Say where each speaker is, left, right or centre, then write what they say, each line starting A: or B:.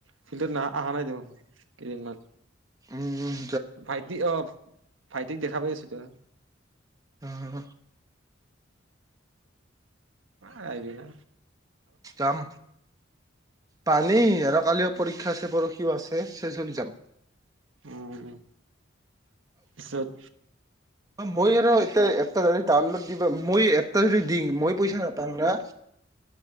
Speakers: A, on the right; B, on the right.
A: ফিল্ডত ন অহা নাই দেখোন কেইদিনমান।
B: উম উম।
A: ভাইটি অ' ভাইটিক দেখা পাই আছো।
B: উম।
A: আহিবিনা
B: যাম কালি আৰু কালিও পৰীক্ষা আছে পৰশিও আছে চেছ হলি যাম
A: উম পিছত
B: মই আৰু এতিয়া ইয়াত এ য তাৰ লগ দিব মই এপটা যদি দিম মই পইচা নাপাম না